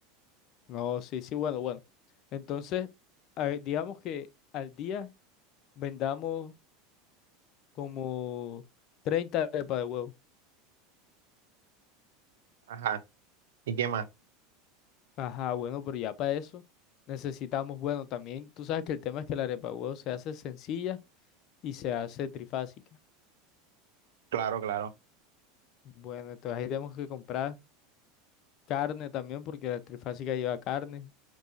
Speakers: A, on the left (about 50°); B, on the right (about 85°).
A: No, sí, sí, bueno, bueno. Entonces, a ver, digamos que al día vendamos como 30 arepas de huevo.
B: Ajá. ¿Y qué más?
A: Ajá, bueno, pero ya para eso necesitamos, bueno, también tú sabes que el tema es que la arepa de huevo se hace sencilla y se hace trifásica.
B: Claro, claro.
A: Bueno, entonces ahí tenemos que comprar carne también porque la trifásica lleva carne.